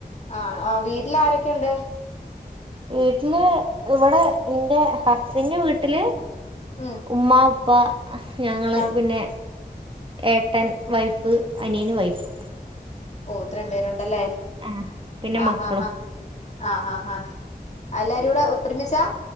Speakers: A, on the left (about 45°); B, on the right (about 30°).
A: ആഹ് ആ വീട്ടിൽ ആരൊക്കുണ്ട്?
B: വീട്ടില് ഇവിടെ എന്റെ ഹസിന്റെ വീട്ടില്
A: ഉം
B: ഉമ്മാ ഉ പ്പ, ഞങ്ങൾ
A: ആഹ്
B: പിന്നെ ഏട്ടൻ, വൈഫ്, അനിയന്, വൈഫ്
A: ഓ ഇത്രേം പേരുണ്ടല്ലേ
B: ആഹ് പിന്നെ
A: ആഹ്
B: മക്കളും
A: ഹാ ഹാ ആഹ് ഹാ ഹാ എല്ലാരും കൂടെ ഒരുമിച്ചാ?